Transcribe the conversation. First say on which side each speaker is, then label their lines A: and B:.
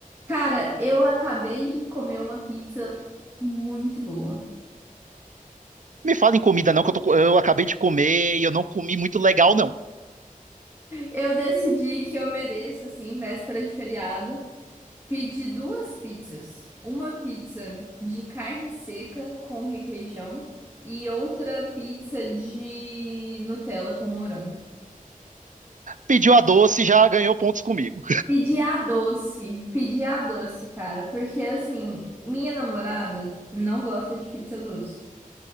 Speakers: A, on the right; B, on the right.
A: Cara, eu acabei de comer uma pizza muito boa.
B: Me fala em comida não, que eu, tô eu acabei de comer e eu não comi muito legal, não.
A: Eu decidi que eu mereço, assim, véspera de feriado, pedir duas pizzas. Uma pizza de carne seca com requeijão e outra pizza de Nutella com morango.
B: Pediu a doce, já ganhou pontos comigo.
A: Pedi a doce, pedi a doce, cara, porque assim, minha namorada não gosta de pizza doce.